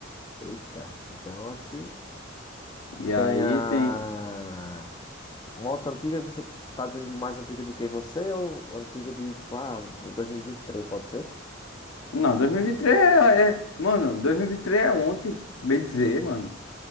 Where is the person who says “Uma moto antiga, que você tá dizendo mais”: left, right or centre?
Left